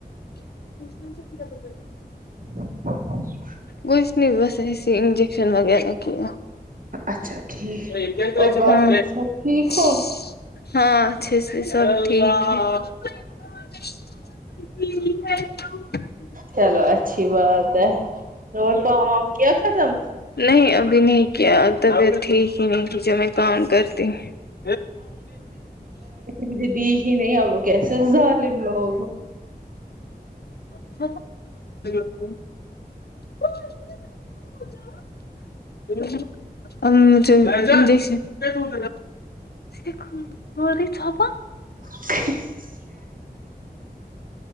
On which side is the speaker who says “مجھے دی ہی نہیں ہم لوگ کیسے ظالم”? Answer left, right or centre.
Right